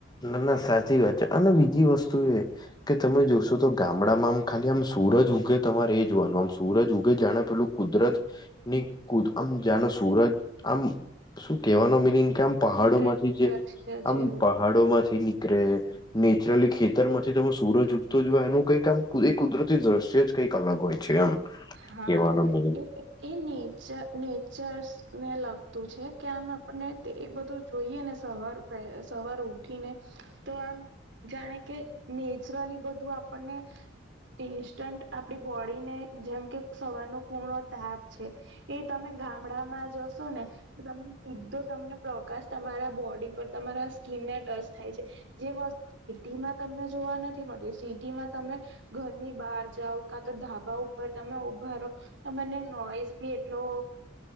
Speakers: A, on the left; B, on the right.
A: ના ના સાચી વાત છે, અને બીજી વસ્તુ એ કે તમે જોશો તો ગામડામાં આમ ખાલી આમ સૂરજ ઉગે તમારે એ જોવાનું આમ સૂરજ ઉગે જાણે પેલુ કુદરત ની કુ આમ જાણો સુરજ આમ શું કહેવાનો મિનિંગ કે આમ પહાડો
B: કુદરતી
A: માંથી જે
B: દ્રશ્ય
A: આમ
B: જેવું
A: પહાડો માંથી નીકળે નેચરલી ખેતર માંથી તમે સૂરજ ઉગતો જો એનું કઈ કામ કુદરતી દ્રશે જ કંઈક અલગ હોય. છે એમ
B: હા
A: કહેવાનો મિનિંગ
B: એ નેચર નેચર્સ ને લગતું છે, કે આમ આપને એ બધુ જોઈએ ને સવાર સવાર ઉઠીને તો આમ જાણે કે નેચરલી બધું આપણને ઈન્સ્ટન્ટ આપડી બોડીને જેમ કે સવારનો કુણો તાપ છે. એ તમે ગામડામાં જશો ને ત એધો તમને પ્રકાશ તમારા બોડી પર તમારા સ્કીિનને ટચ થાય છે. જે વસ્તુ સિટી માં તમને જોવા નથી. નથી મળતી સિટીમાં તમે ઘરની બહાર જાઓ કા તો ધાબા ઉપર તમે ઉભા રહો. ત મને નોઈઝ બી એટલો